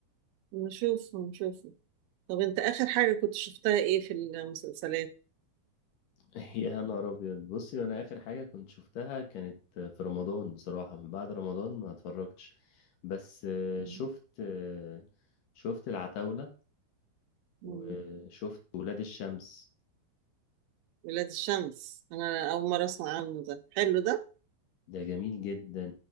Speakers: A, on the right (about 80°); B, on the left (about 75°).
A: نشوفه نشوفه طب انت اخر حاجة كنت شفتها ايه في المسلسلات
B: <laughs> يا نهار أبيض بصي وأنا آخر حاجة كنت شفتها كانت في رمضان بصراحة من بعد رمضان ما اتفرجتش بس آه،
A: مم.
B: شفت آه، شفت العتاولة
A: مم.
B: وشفت ولاد الشمس
A: ولاد الشمس انا اول مرة اسمع عنه ده حلو ده
B: ده جميل جدا